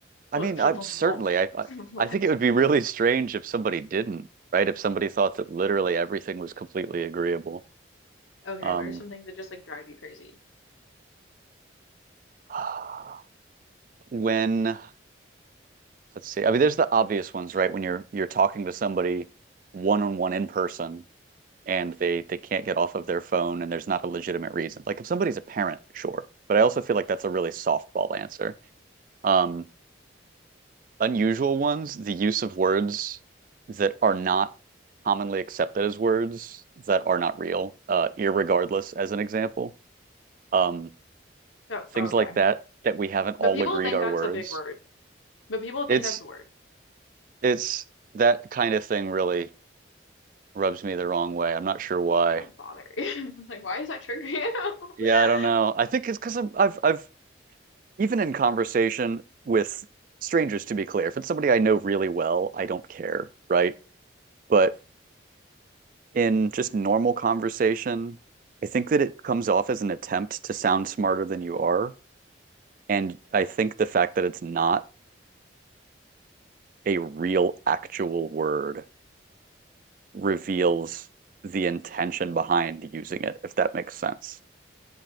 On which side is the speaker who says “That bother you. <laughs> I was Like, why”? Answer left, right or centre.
Left